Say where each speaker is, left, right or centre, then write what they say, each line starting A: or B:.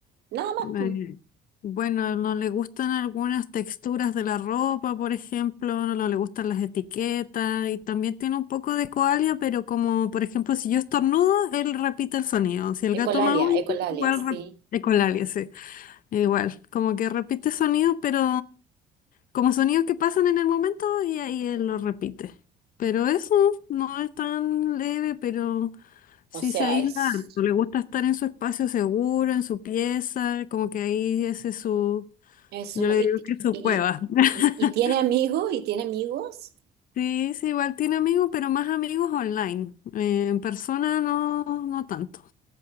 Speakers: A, on the right; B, on the left.
A: Nada más.
B: Eh, Bueno, no le gustan algunas texturas de la ropa, por ejemplo, no no le gustan las etiquetas y también tiene un poco de coalia, pero como por ejemplo si yo estornudo, él repite el sonido. Si el
A: Ecolalia,
B: gato maulla,
A: ecolalia,
B: igual
A: sí.
B: re- de coalia, sí, igual, como que repite sonido, pero como sonidos que pasan en el momento y ahí él lo repite. Pero eso no es tan leve, pero Sí,
A: O sea,
B: se aísla
A: es,
B: harto, le gusta estar en su espacio seguro, en su pieza, como que ahí ese es su,
A: es
B: yo
A: muy
B: le
A: y,
B: digo que es su
A: y-
B: cueva. <laughs>
A: y- y tiene amigos y tiene amigos.
B: Sí, sí, igual tiene amigos, pero más amigos online. eh, en persona no, no tanto.